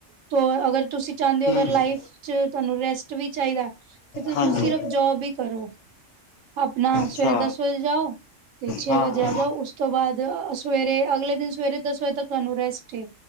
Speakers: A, on the right (about 80°); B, on the left (about 70°).
A: ਤੋ ਅਗਰ- ਤੁਸੀਂ ਚਾਹੁੰਦੇ ਹੋ, ਅਗਰ
B: ਹਮ
A: ਲਾਈਫ ਚ ਤੁਹਾਨੂੰ ਰੈਸਟ ਵੀ ਚਾਹੀਦੈ ਫ ਤੁਸੀਂ
B: ਹਾਂਜੀ
A: ਸਿਰਫ। ਜੋਬ ਹੀ ਕਰੋ ਆਪਣਾ
B: ਅੱਛਾ
A: ਸਵੇਰੇ ਦਸ ਵਜੇ ਜਾਓ ਤੇ ਛੇ
B: ਹਾਂ
A: ਵਜੇ
B: ਹਾਂ
A: ਆ ਜਾਓ ਉਸ। ਤੋ ਬਾਅਦ ਸਵੇਰੇ ਅਗਲੇ ਦਿਨ ਸਵੇਰੇ ਦਸ ਵਜੇ ਤੱਕ ਤੁਹਾਨੂੰ ਰੈਸਟ ਏ।